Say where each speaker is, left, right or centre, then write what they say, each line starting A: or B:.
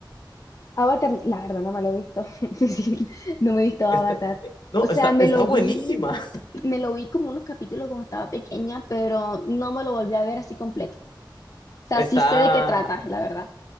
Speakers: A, on the left; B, on the left.
A: Avatar, la verdad no me lo he visto. <laughs> Sí, no me he visto Avatar.
B: Está, no,
A: O sea,
B: está,
A: me
B: está
A: lo
B: buenísima.
A: vi.
B: <laughs>
A: Me lo vi como unos capítulos cuando estaba pequeña, pero no me lo volví a ver así completo. O sea,
B: Está,
A: sí sé de qué trata, la verdad.